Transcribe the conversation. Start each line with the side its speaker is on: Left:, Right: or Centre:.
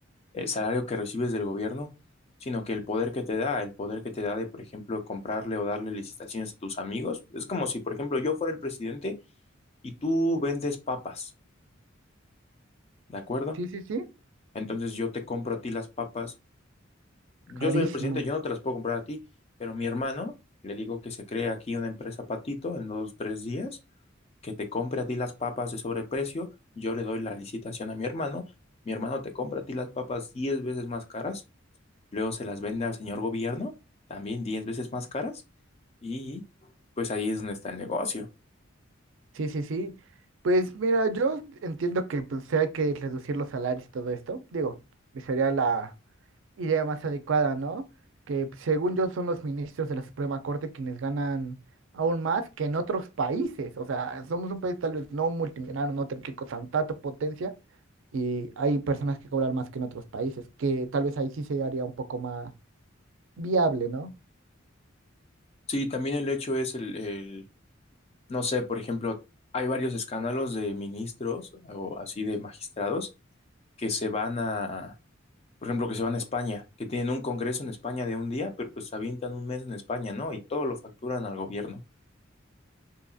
Left: el salario que recibes del gobierno, sino que el poder que te da, el poder que te da de, por ejemplo, comprarle o darle licitaciones a tus amigos. Es como si, por ejemplo, yo fuera el presidente y tú vendes papas, ¿de acuerdo?
Right: Sí, sí, sí.
Left: Entonces yo te compro a ti las papas. Yo
Right: Carísima.
Left: soy el presidente, yo no te las puedo comprar a ti, pero mi hermano, le digo que se cree aquí una empresa patito en dos, tres días, que te compre a ti las papas de sobreprecio, yo le doy la licitación a mi hermano, mi hermano te compra a ti las papas diez veces más caras, luego se las vende al señor gobierno, también diez veces más caras, y pues ahí es donde está el negocio.
Right: Sí, sí, sí. Pues mira, yo entiendo que pues sí hay que reducir los salarios y todo esto. Digo, que sería la idea más adecuada, ¿no? Que pues, según yo son los ministros de la Suprema Corte quienes ganan aún más que en otros países. O sea, somos un país tal vez no multimillonario, no tan rico, tan tanta potencia. Y hay personas que cobran más que en otros países, que tal vez ahí sí se haría un poco más viable, ¿no?
Left: Sí, también el hecho es el, el- No sé, por ejemplo, hay varios escándalos de ministros o así de magistrados que se van a, por ejemplo, que se van a España, que tienen un congreso en España de un día, pero pues se avientan un mes en España, ¿no? Y todo lo facturan al gobierno.